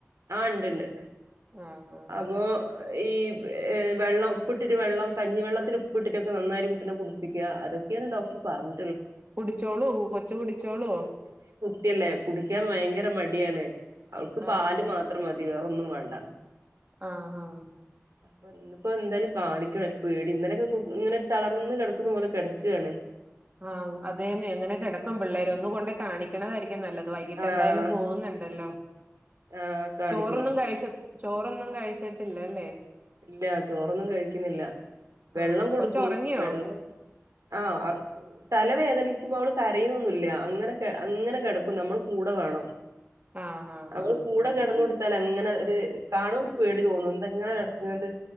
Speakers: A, on the right; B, on the right.
A: ആ ഉണ്ട്ണ്ട്
B: ആഹ് ആഹ്
A: അപ്പൊ ഈ വെള്ളം ഉപ്പിട്ടിട്ട് വെള്ളം കഞ്ഞിവെള്ളത്തിൽ ഉപ്പിട്ടിട്ടൊക്കെ നന്നായിട്ട് കുട്ടിനെ കുടിപ്പിക്ക അതൊക്കെയാണ് ഡോക്ടർ പറഞ്ഞ
B: കുടിച്ചോളൂ കൊച്ച് കുടിച്ചോളോ
A: <unintelligible> കുടിക്കാൻ ഭയങ്കര മടിയാണ് അവൾക്ക് പാല്
B: ആഹ്
A: മാത്രം മതി വേറെ ഒന്നും വേണ്ട.
B: ആ ആ
A: അപ്പ ഇന്നിപ്പ എന്തായാലും കാണിക്കണം ഒര് പേടി ഇന്നലെക്കെ കു ഇങ്ങനെ ഒരു തളർന്ന് കെട്ക്കുന്ന പോലെ കെട്ക്കാണ്.
B: ആ അതെന്നെ അങ്ങനെ കെടക്കും പിള്ളേര് ഒന്നുകൊണ്ടെയ് കാണിക്ക്ണതായിരിക്കും നല്ലത് വൈകീട്ട്
A: ആഹ്
B: എന്തായാലും പോവ്ന്ന് ഇണ്ടല്ലോ?
A: ആഹ് കാണിക്കണം
B: ചോറൊന്നും കഴിച്ച ചോറൊന്നും കഴി ച്ചിട്ടല്ല അല്ലെ
A: ഇല്ല ചോറൊന്നും കഴിക്ക്ന്നില്ല. വെള്ളം
B: ആഹ്
A: കൊടുക്കും
B: കൊച്ച് ഉറങ്ങിയോ
A: വെള്ളം ആ അവ തലവേദനിക്കുമ്പോ അവൾ കരയുന്നൊന്നുയില്ല. അങ്ങനെ അങ്ങനെ കെടക്കും. നമ്മൾ കൂടെ വേണം.
B: ആഹ് ആഹ്
A: അവൾ കൂടെ കെടന്ന് കൊട്ത്താലെ ഇങ്ങനെ ഒര് കാണും ഒരു പേടി തോന്നും എന്ത ഇങ്ങനെ കെട് ക്ക്ണത്